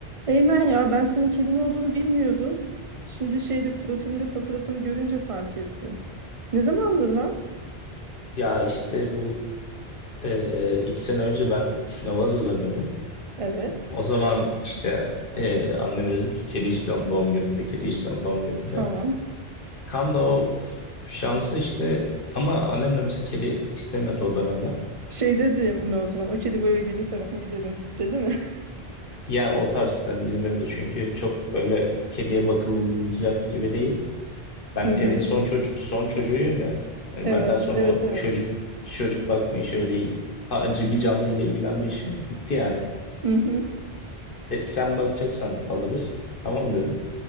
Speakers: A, on the right; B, on the left.
A: Eymen ya ben senin kedin olduğunu bilmiyordum. Şimdi şeyde profilinde fotoğrafını görünce fark ettim. Ne zamandır var?
B: Ya işte bu e, iki sene önce ben sınava hazırlanıyordum.
A: Evet.
B: O zaman işte e, anneme dedim ki kedi istiyorum doğum günümde, kedi istiyorum doğum günümde.
A: Tamam.
B: Tam da o şansı işte ama annem de mesela kedi istemiyordu o dönemler.
A: Şey dedi mi o zaman o kedi bu eve gelirse ben giderim dedi mi?
B: Ya o tarz hani bizim evde çünkü çok böyle kediye bakılacak gibi değil. Ben
A: <laughs> Hı hı.
B: evin son çocuk son çocuğuyum ya. Hani
A: Evet,
B: benden sonra
A: evet,
B: o
A: evet.
B: çocuk çocuk bakma işi öyle hacı bir canlı ile ilgilenme işi bitti yani.
A: Hı hı.
B: Dedi ki sen bakacaksan alırız. Tamam dedim.